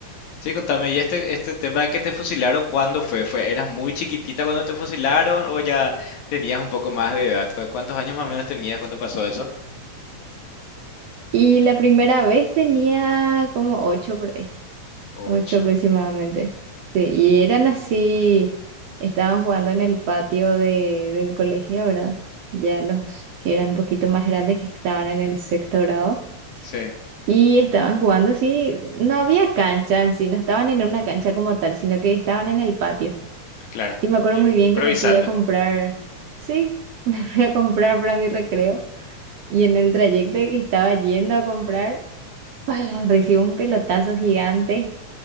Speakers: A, on the left; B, on the right.
A: Sí, contame, ¿y este, este tema de que te fusilaron, cuándo fue? ¿Fue, eras muy chiquitita cuando te fusilaron o ya tenías un poco más de edad? ¿Cu- ¿Cuántos años más o menos tenías cuando pasó eso?
B: Y la primera vez tenía como ocho por ahí,
A: Ocho.
B: ocho aproximadamente. Sí, y eran así, estaban jugando en el patio de, del colegio, ¿verdad? Ya los que eran un poquito más grandes, que estaban en el sexto grado.
A: Sí,
B: Y estaban jugando así, no había cancha en sí, no estaban en una cancha como tal, sino que estaban en el patio.
A: claro.
B: Y me acuerdo
A: In-
B: muy bien
A: improvisando.
B: que me fui a comprar, sí, <laughs> me fui a comprar para mi recreo Y en el trayecto que estaba yendo a comprar, ¡pah! recibo un pelotazo gigante.